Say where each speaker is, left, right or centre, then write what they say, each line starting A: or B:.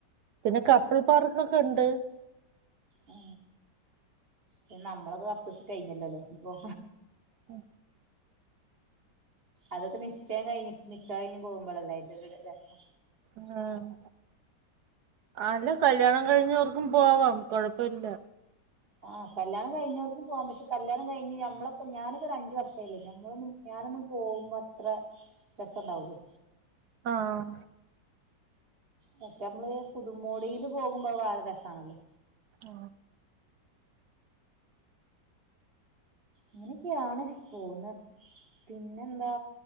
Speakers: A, on the right; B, on the right.
A: പിന്നെ കപ്പിൾ പാർക്കൊക്കെ ഇണ്ട്
B: ഉ പി നമ്മളൊക്ക കപ്പ്സ് കയിഞ്ഞല്ലോല്ലേ ഇനീപോ
A: ഉ
B: അതൊക്കെ നിശ്ചയം കഴിഞ്ഞ് നിക്കായിന് പോകുമ്പോളല്ല അയിന്റെക്കെടെ രസം
A: ആഹ് അല്ല കല്യാണം കഴിഞ്ഞവർക്കും പോവാം കൊഴപ്പാഇല്ല
B: ആ കല്ല്യാണം കഴഞ്ഞവർക്കും പോം പഷേ കല്യാണം കയിഞ്ഞ് ഞമ്മളൊക്കെ ഞാന് ഈയൊരഞ്ച് വർഷായ്ലേ ഞമ്മളൊന്നും ഞാനൊന്നും പോമ്പത്ര രസ്സണ്ടാവൂല്ലേ
A: ആഹ് ആ
B: മറ്റേ അമ്മ്ള് പുതുമോടിയില് പോകുമ്പ വേറെരസാണല്ലോ
A: ആ
B: ഇങ്ങനെക്കെയാണ് പോവ്ന്ന പിന്നെന്താ